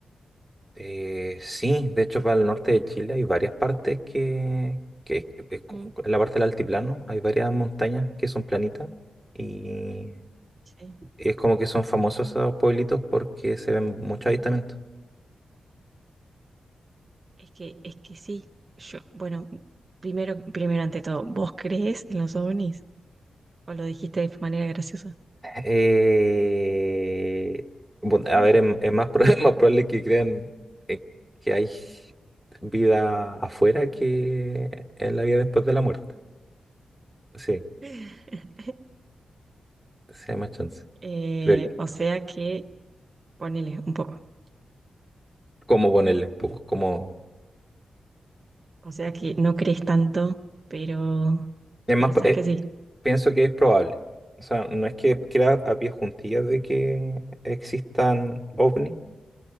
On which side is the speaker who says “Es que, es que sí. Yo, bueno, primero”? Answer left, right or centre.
Right